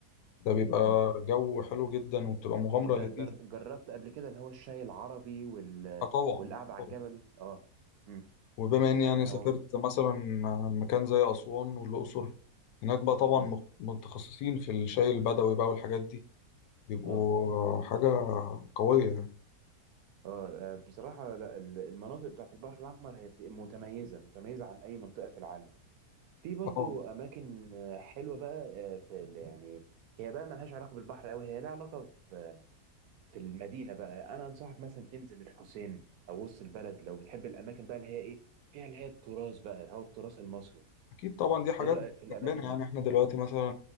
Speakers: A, on the left (about 85°); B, on the right (about 70°).
A: ده بيبقى
B: مم.
A: جو حلو جدا وبتبقى مغامره
B: أنت
A: لذيذه
B: جر- جربت قبل كده اللي هو الشاي العربي وال...
A: اه طبعا
B: والقعدة على
A: طبعا
B: الجبل؟ أه مم.
A: وبما اني
B: آه،
A: يعني سافرت
B: هو
A: مثلا مكان زي اسوان والاقصر هناك بقى طبعا
B: مم.
A: مخ- متخصصين في الشاي البدوي بقى والحاجات دي بيبقوا
B: أه
A: حاجه قويه يعني
B: اه آه، بصراحة لا ال- المناطق بتاعت البحر الأحمر هي في- متميزة متميزة عن أي منطقة في العالم في برضو
A: اه
B: اماكن آه، حلوه بقى آه، في ال- يعني هي بقى ملهاش علاقه بالبحر قوي هي لها علاقه في في المدينه بقى انا انصحك مثلا تنزل الحسين او وسط البلد لو بتحب الاماكن بقى اللي هي ايه فيها اللي هي التراث بقى اللي هو التراث المصري
A: اكيد طبعا دي حاجات
B: ايه رايك في الاماكن
A: جنبنا يعني
B: دي
A: احنا دلوقتي مثلا